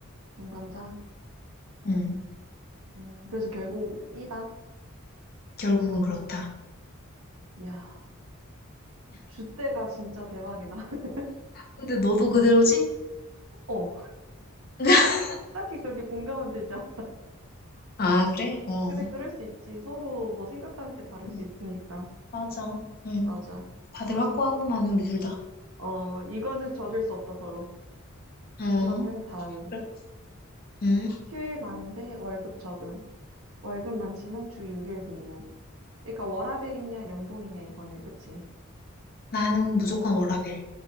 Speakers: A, on the right (about 75°); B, on the left (about 45°).
A: 동감자?
B: 음,
A: 음, 그래서 결국 B다.
B: 결국은 그렇다.
A: 이야, 주대가 진짜 대박이다. <laughs>
B: 근데 너도 그대로지?
A: 어,
B: <laughs>
A: 딱히 그렇게 공감은 되지 않아.
B: 아, 그래? 어.
A: 근데 그럴 수 있지. 서로 뭐 생각하는 게 다를 수
B: 음,
A: 있으니까.
B: 맞아. 음.
A: 맞아.
B: 다들
A: 그럼,
B: 확고하고만 우리 둘 다.
A: 어, 이거는 져줄 수 없다, 서로.
B: 어.
A: 그러면 다음.
B: 그래? 음.
A: 휴일 많은데 월급 적음. 월급 많지만 주 6일 근무. 그러니까 워라밸이냐 연봉이냐 이거네. 그치?
B: 나는 무조건 워라밸.